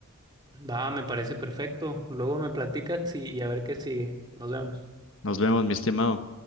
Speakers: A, on the right; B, on the left.
A: Va, me parece perfecto. Luego me platicas y, y a ver qué sigue. Nos vemos.
B: Nos vemos, mi estimado.